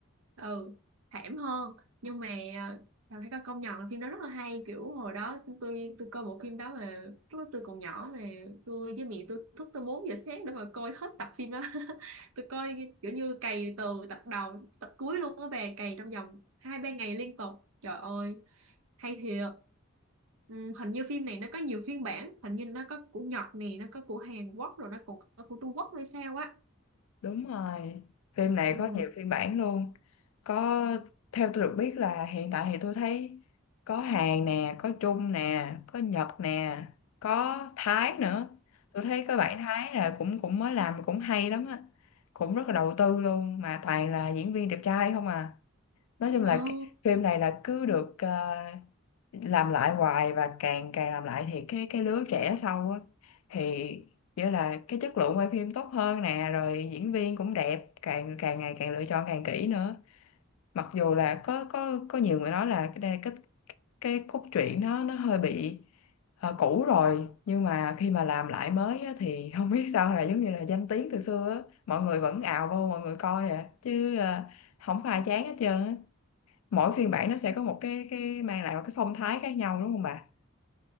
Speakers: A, on the right; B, on the left.
A: ừ thảm hơn nhưng mà ờ, phải có công nhận là phim đó rất là hay kiểu hồi đó tôi tôi coi bộ phim đó mà lúc đó tôi còn nhỏ mà tôi với mẹ tôi thức tới 4 giờ sáng để mà coi hết tập phim đó <laughs> tôi coi kiểu như cày từ tập đầu tập cuối luôn á bà cày trong vòng hai ba ngày liên tục trời ơi hay thiệt Ừ, hình như phim này nó có nhiều phiên bản hình như nó có của Nhật nè nó có của Hàn Quốc rồi nó còn có của Trung Quốc hay sao á
B: Đúng rồi, phim này
A: Ừ.
B: có nhiều phiên bản luôn. Có theo tôi được biết là hiện tại thì tôi thấy có Hàn nè, có Trung nè, có Nhật nè, có Thái nữa. Tôi thấy có bạn Thái là cũng cũng mới làm cũng hay lắm á. Cũng rất là đầu tư luôn mà toàn là diễn viên đẹp trai không à nói chung là
A: Ồ,
B: cái phim này là cứ được ờ, làm lại hoài và càng càng làm lại thì cái cái lứa trẻ sau á thì nghĩa là cái chất lượng quay phim tốt hơn nè rồi diễn viên cũng đẹp càng càng ngày càng lựa chọn càng kỹ nữa mặc dù là có có có nhiều người nói là cái đây- cái cái cốt truyện nó nó hơi bị ờ, cũ rồi nhưng mà khi mà làm lại mới á, thì <laughs> không biết sao là giống như là danh tiếng từ xưa á mọi người vẫn ào vô mọi người coi à chứ ờ, không có ai chán hết trơn á mỗi phiên bản nó sẽ có một cái cái mang lại một cái phong thái khác nhau đúng không bà